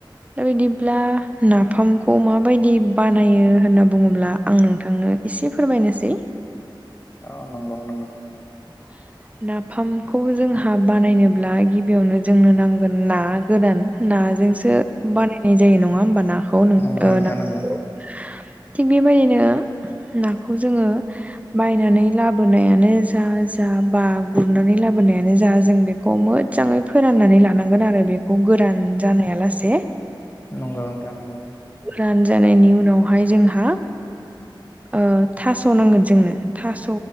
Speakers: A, on the right; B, on the left.
A: दा बिदिब्ला नाफामखौ माबायदि बानायो होनना बुङोब्ला आं नोंथां नो एसे फोरमायनोसै।
B: अ नंगौ नंगौ।
A: <inaudible> नाफामखौ जोंहा बानायनोब्ला गिबियावनो जोंनो नांगोन ना गोरान ना जोंसो बानायनाय जायो नङा होमबा नाखौ नों
B: नंगौ
A: ओ
B: नोंथां
A: नाफामखौ
B: नंगौ
A: थिग बेबायदिनो नाखौ जोङो बायनानै लाबोनायानो जा जा बा गुरनानै लाबोनायानो जा जों बेखौ मोजाङै फोराननानै लानांगोन आरो बे बेखौ गोरान जानाया लासे
B: नंगौ नोंथां नंगौ।
A: रान जानायनि उनावहाय जोंहा ओ थास' नांगोन जोंनो थास'